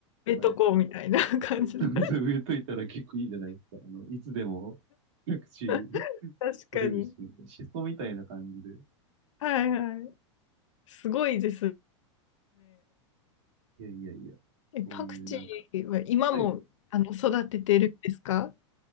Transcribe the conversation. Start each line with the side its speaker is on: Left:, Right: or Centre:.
Left: めとこうみたいな感じで。
Right: 最近。<laughs> そうそう植えといたら結構いいじゃないですか。あの、いつでも、各地
Left: <laughs> 確かに。
Right: 取れるし、シソみたいな感じで。
Left: はいはい。すごいです。
Right: いやいやいや、
Left: え、
Right: そういうなんか。
Left: パクチーは今も、
Right: はい。い
Left: あの、育ててるんですか